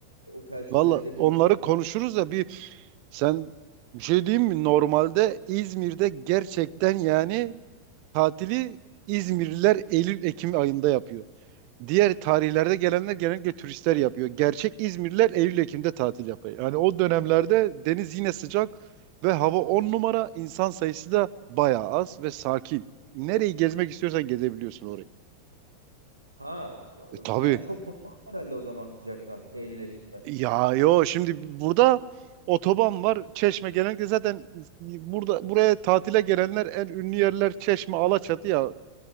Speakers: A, on the right (about 85°); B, on the right (about 45°).
A: otel çözebilir
B: valla
A: miyim?
B: onları konuşuruz da bir Sen bir şey diyeyim mi? Normalde İzmir'de gerçekten yani tatili İzmirliler Eylül-Ekim ayında yapıyor. Diğer tarihlerde gelenler genellikle turistler yapıyor. Gerçek İzmirliler Eylül-Ekim'de tatil yapıyor. Yani o dönemlerde deniz yine sıcak ve hava 10 numara, insan sayısı da bayağı az ve sakin. Nereyi gezmek istiyorsan gezebiliyorsun orayı.
A: Ha,
B: E tabii
A: yani çok bunaldım herhalde o zaman sıcaktan Eylül, Ekim'de.
B: Ya yo şimdi burada otoban var. Çeşme genellikle zaten burada buraya tatile gelenler en ünlü yerler Çeşme, Alaçatı ya.